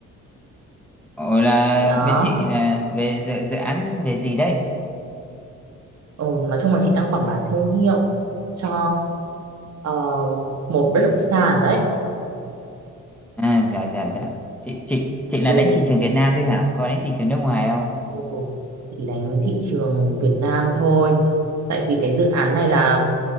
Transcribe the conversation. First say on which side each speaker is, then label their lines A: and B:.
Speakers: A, in the centre; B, on the right.
A: Ồ là
B: Đó,
A: bên chị là về dự, dự án về gì đây?
B: ừ, nói chung là chị đang quảng bá thương hiệu cho ờ, một bất động sản đấy.
A: À dạ dạ dạ. Chị chị chị là
B: Ừ,
A: đánh thị trường Việt Nam thôi hả? Có đánh thị trường nước ngoài không?
B: ừ. Chỉ đánh thị trường Việt Nam thôi. Tại vì cái dự án này là